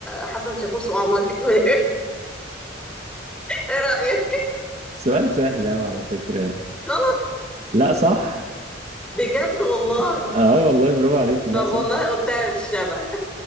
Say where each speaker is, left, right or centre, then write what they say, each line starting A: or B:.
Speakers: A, in the centre; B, on the right.
A: حسن شاكوش وعمر كمال ايه رأيك <laughs>
B: سؤال سهل أوي على فكرة
A: غلط
B: لا صح
A: بجد والله
B: اه والله برافو عليك لا
A: طب
B: صح
A: والله قلتها بالشبه